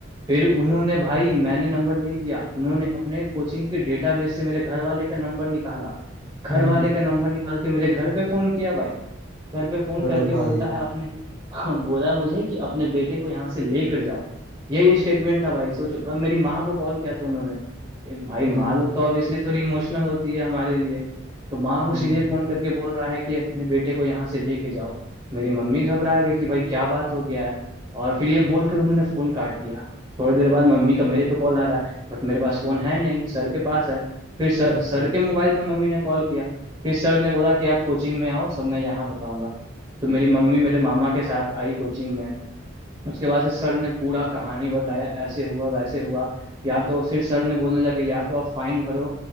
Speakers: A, on the right; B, on the left.
A: फिर उन्होंने भाई मैंने नंबर नहीं दिया उन्होंने अपने कोचिंग के डेटाबेस से मेरे घर वाले का नंबर निकाला घर
B: हम्म
A: वाले का नंबर निकाल के मेरे घर पे फोन किया भाई घर पे फोन
B: अरे
A: करके
B: भाई
A: बोलता है अपने <laughs> बोला मुझे कि अपने बेटे को यहाँ से लेकर जाओ यही स्टेटमेंट था भाई सोचो अब मेरी माँ को कॉल किया था उन्होंने एक भाई माँ
B: हम्म
A: लोग तो ऑब्वियसली थोड़ी इमोशनल होती है हमारे लिए तो माँ को
B: हम्म
A: सीधे फोन करके बोल रहा है कि अपने बेटे को यहाँ से लेके जाओ मेरी मम्मी घबरा गई कि भाई क्या बात हो गया है और फिर ये बोलकर उन्होंने फोन काट दिया थोड़ी देर बाद मम्मी का मेरे पे कॉल आ रहा है बट मेरे पास फोन है नहीं सर के पास है फिर सर
B: हम्म
A: सर के मोबाइल पे मम्मी ने कॉल किया फिर सर ने बोला कि आप कोचिंग में आओ सब मैं यहाँ बताऊंगा तो मेरी मम्मी मेरे मामा के साथ आई कोचिंग में उसके बाद से सर ने पूरा कहानी बताया ऐसे हुआ वैसे हुआ या तो फिर सर ने बोलने लगे या तो आप फाइन भरो